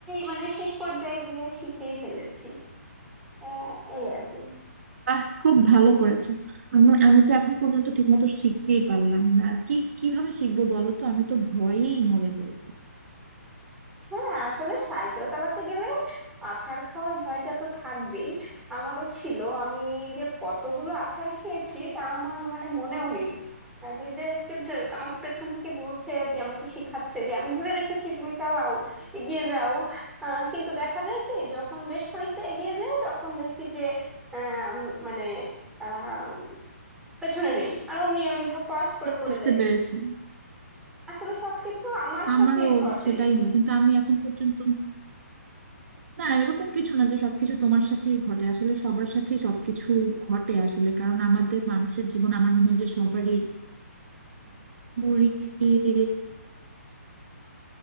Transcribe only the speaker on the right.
আহ খুব ভালো করেছো আমি আমি তো এখন পর্যন্ত ঠিকমতো শিখতেই পারলাম না আর কি কিভাবে শিখবো বলো তো আমি তো ভয়েই মরে যাই
বুঝতে
পেরেছি
আমারও
সেটাই হয় কিন্তু আমি এখন পর্যন্ত না এরকম কিছু না যে সবকিছু তোমার সাথেই ঘটে আসলে সবার সাথেই সবকিছু ঘটে আসলে কারণ আমাদের মানুষের জীবন আমার মনে হয় যে সবারই ঘুরিয়ে